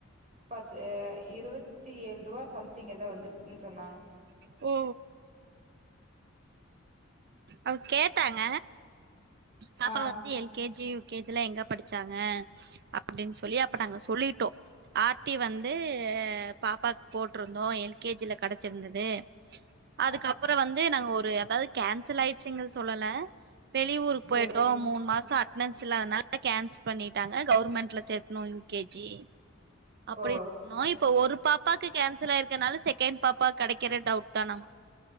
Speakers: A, on the right; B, on the right.
A: பது இருவத்தி ஏழு ரூபா சம்திங் ஏதோ வந்துருக்குன்னு சொன்னாங்க
B: இப்போ அவுங்க கேட்டாங்க பாப்பா
A: ஆ
B: வந்து L K G U K G லாம் எங்க படிச்சாங்க அப்பிடின்னு சொல்லி அப்ப நாங்க சொல்லிட்டோ ஆத்தி வந்து பாப்பாக்கு போட்டிருந்தோம் எல் கே ஜி ஐ கடைச்சிருந்தது
A: ம்
B: அதுக்கப்புறம் வந்து நாங்க ஒரு அதாவது கேன்சல் ஆயிடுச்சுங்க சொல்லல வெளியூர் போயிட்டோ
A: செரி
B: மூணு மாசம் ஆ என்ஸ்ல்ல அதனால கேன்சல் பண்ணிட்டாங்க கவர்மெண்ட்ல சேத்தணும் யுகேஜி அப்பிடி
A: ஓ
B: <unintelligible> இப்ப ஒரு பாப்பாக்கு கேன்சல் ஆயிருக்கனால செகண்ட் பாப்பா கடைக்கிற டவுட் தானம்மா